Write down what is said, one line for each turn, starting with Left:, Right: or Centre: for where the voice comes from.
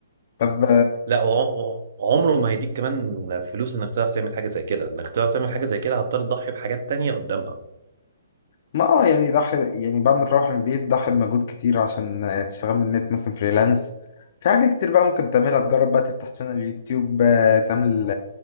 Left: طب
Right: لا وع- وعمره ما هيديك كمان فلوس انك تعرف تعمل حاجه زي كده انك تعرف تعمل حاجه زي كده هتضطر تضحي بحاجات تانية قدامها
Left: ما اه يعني ضحي يعني بعد ما تروح من البيت ضحي بمجهود كتير عشان آه، تشتغل من النت مثلا فريلانس في حاجات كتير بقى ممكن تعملها تجرب بقى تفتح شانل يوتيوب آه، تعمل